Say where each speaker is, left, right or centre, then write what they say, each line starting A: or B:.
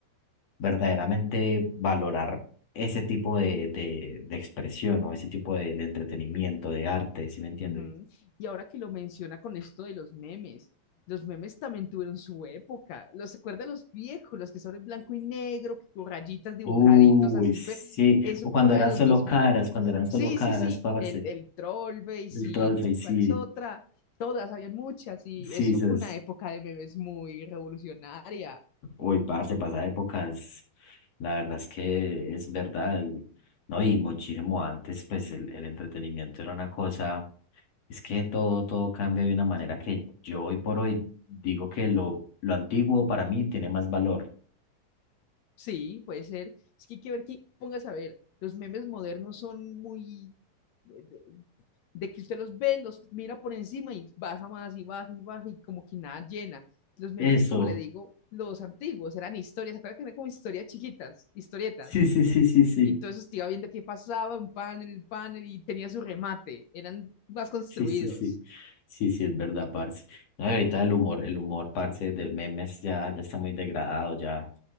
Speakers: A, on the left (about 50°); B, on the left (about 70°).
A: verdaderamente valorar ese tipo de, de, de expresión o ese tipo de, de entretenimiento, de arte, ¿sí me entiende?
B: Ujú. Y ahora que lo menciona con esto de los memes, los memes también tuvieron su época. ¿Los acuerda los viejos, los que son en blanco y negro, que con rayitas dibujaditos
A: Uy,
B: así?
A: sí,
B: Fue, eso
A: o cuando
B: por ahí
A: eran
B: de
A: solo
B: los dos.
A: caras, cuando eran solo
B: Sí,
A: caras,
B: sí, sí,
A: parce,
B: el, el Trollface y sí,
A: el troll face,
B: ¿cuál
A: sí,
B: es otra? Todas, habían muchas y
A: sí,
B: eso
A: esas.
B: fue una época de memes muy revolucionaria.
A: Uy, parce, pasa épocas, la verdad es que es verdad, el- ¿no? Y muchísimo antes, pues el, el entretenimiento era una cosa, es que todo, todo cambia de una manera que yo hoy por hoy digo que lo, lo antiguo para mí tiene más valor.
B: Sí, puede ser. Es que hay que ver que, pongas a ver, los memes modernos son muy eh, de, de que usted los ve, los mira por encima y baja más y baja y baja y como que nada llena. Los memes,
A: Eso.
B: como le digo, los antiguos eran historias, ¿se que eran como historias chiquitas, historietas?
A: Sí, sí, sí, sí, sí.
B: Y entonces usted iba viendo qué pasaba, un panel, un panel y tenía su remate, eran más construidos.
A: Sí, sí, sí. Sí, sí, es verdad, parce. No, y ahorita el humor, el humor, parce, de memes ya, ya está muy degradado, ya,